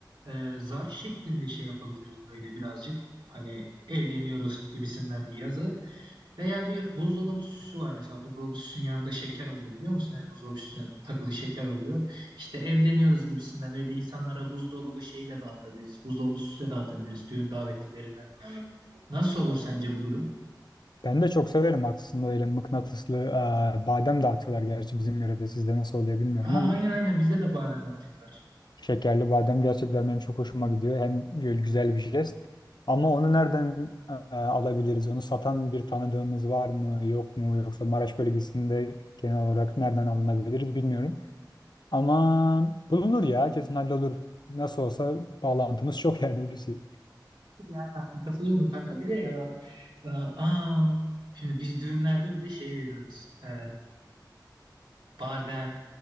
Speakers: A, on the right; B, on the left.
A: e, zarf şeklinde şey yapabiliriz böyle birazcık. Hani evleniyoruz gibisinden bir yazı. Veya bir buzdolabı süsü var mesela. Buzdolabı süsünün yanında şeker oluyor biliyor musun? Yani buzdolabı süsüne takılı şeker oluyor. İşte evleniyoruz gibisinden öyle insanlara buzdolabı şeyi de dağıtabiliriz. Buzdolabı süsü de dağıtabiliriz düğün davetlilerine. Nasıl olur sence bu durum?
B: Ben de çok severim aslında öyle mıknatıslı e, badem dağıtıyorlar gerçi bizim yörede sizde nasıl oluyor bilmiyorum
A: Aa,
B: ama
A: aynen aynen bizde de badem dağıtıyorlar.
B: şekerli badem gerçekten benim çok hoşuma gidiyor. Hem böyle güzel bir jest ama onu nereden e, alabiliriz? Onu satan bir tanıdığımız var mı yok mu yoksa Maraş bölgesinde genel olarak nereden alınabiliriz bilmiyorum. Ama bulunur ya kesin hallolur. Nasıl olsa bağlantımız çok yani Hulusi.
A: Yani katılıyorum kanka bir de ya. e, Aa, şimdi biz düğünlerde bir de şey veriyoruz. E, badem,